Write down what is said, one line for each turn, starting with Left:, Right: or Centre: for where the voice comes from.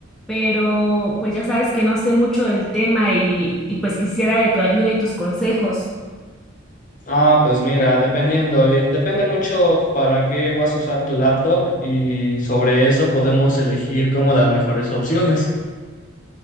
Centre: pero pues ya sabes que no sé mucho del tema y, y pues quisiera de tu ayuda y tus consejos.
Left: Ah, pues mira, dependiendo, eh, depende mucho para qué vas a usar tu laptop y sobre eso podemos elegir como las mejores opciones.